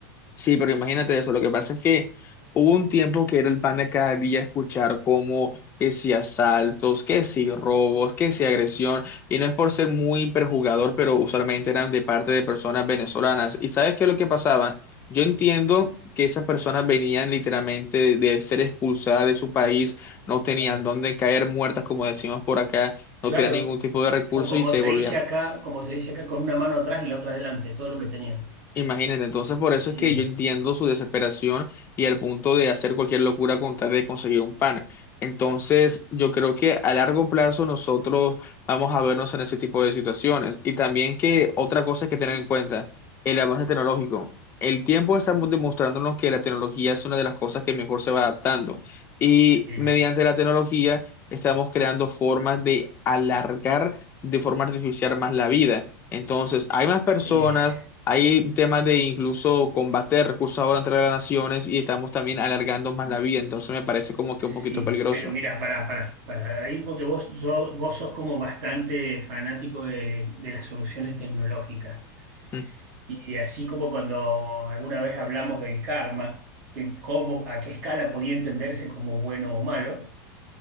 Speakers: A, on the left; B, on the right.
A: Sí, pero imagínate eso. Lo que pasa es que hubo un tiempo que era el pan de cada día escuchar como que si asaltos, que si robos, que si agresión. Y no es por ser muy perjugador, pero usualmente eran de parte de personas venezolanas. ¿Y sabes qué es lo que pasaba? Yo entiendo que esas personas venían literalmente de, de ser expulsadas de su país, no tenían
B: Claro.
A: dónde caer muertas, como decimos por acá,
B: Claro.
A: no tenían ningún tipo de recurso
B: O como
A: y se
B: se
A: volvían
B: dice acá, como se dice acá, con una mano atrás y la otra adelante, todo lo que tenían.
A: Imagínate, entonces por eso
B: Bien.
A: es que yo entiendo su desesperación y el punto de hacer cualquier locura con tal de conseguir un pan. Entonces, yo creo que a largo plazo nosotros vamos a vernos en ese tipo de situaciones. Y también que otra cosa que tener en cuenta, el avance tecnológico. El tiempo está mu- demostrándonos que la tecnología es una de las cosas que mejor se va adaptando. Y
B: Sí.
A: mediante la tecnología estamos creando formas de alargar de forma artificial más la vida. Entonces, hay más personas
B: Eh,
A: hay temas de incluso combate de recursos ahora entre las naciones y estamos también alargando más la vida, entonces me parece como
B: sí,
A: que un poquito peligroso.
B: pero mira, para para para ahí, porque vos, yo- vos sos como bastante fanático de, de las soluciones tecnológicas.
A: Mm,
B: Y así como cuando alguna vez hablamos del karma, que cómo, a qué escala podía entenderse como bueno o malo,